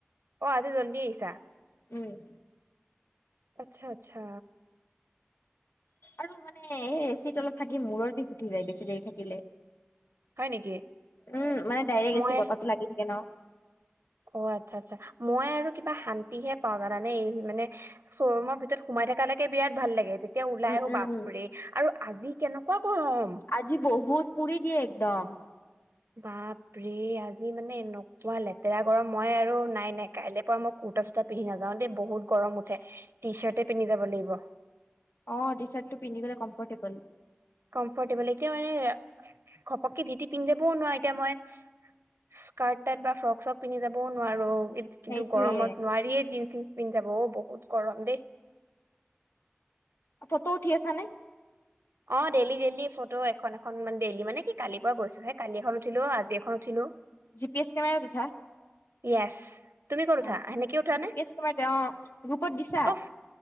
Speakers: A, on the right; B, on the left.
A: অ' আজি জল্ডি আহিছা?
B: উম
A: আচ্ছা আচ্ছা
B: আৰু মানে এচি তলত থাকি মূৰৰ বিষ উঠি যায় বেছি দেৰি থাকিলে
A: হয় নেকি
B: উম মানে
A: মই
B: এচিৰ বতাহটো লাগি থাকে ন
A: অ আচ্ছা আচ্ছা মই আৰু কিবা শান্তিহে পাওঁ জানানে এই মানে শ্ব'ৰুমৰ ভিতৰত সোমাই থকালেকে বিৰাট ভাল লাগে তেতিয়া ওলাই
B: উম
A: আহো
B: উম
A: বাপৰে আৰু আজি কেনেকুৱা গৰম
B: আজি বহুত পুৰি দিয়ে একদম
A: বাপৰে আজি মানে এনেকুৱা লেতেৰা গৰম মই আৰু নাই নাই কাইলে পৰা মই কু কুটা চুতা পিন্ধি নাযাও দেই বহুত গৰম উঠে টি চাৰ্টে পিন্ধি যাব লাগিব
B: অ টি চাৰ্টটো পিন্ধি গলে কম্ফৰ্টেবল
A: কম্ফৰ্টেবল এতিয়া মানে ঘপককে যি তি পিন্ধি যাবও নোৱাৰি, এতিয়া মই স্কাৰ্ট তাত বা ফ্ৰক চব পিন্ধি যাবও নোৱাৰো
B: সেইটোয়ে
A: কিন্তু গৰমত নোৱাৰিয়ে জিনচ পিন্ধি যাব অ বহুত গৰম দেই
B: ফটো উঠি আছা নে?
A: অ ডেইলি ডেইলি ফটো এখন এখন ডেইলি মানে কি কালিৰ পৰা গৈছো সেই কালি এখন উঠিলো আজি এখন উঠিলো
B: জিপিএছ কেমেৰাত উঠা?
A: য়েছ তুমি ক'ত উঠা
B: অ'জি
A: সেনেকে উঠা
B: পি
A: নে
B: এছ কেমেৰাতে অ গ্ৰুপত দিছা?
A: উফ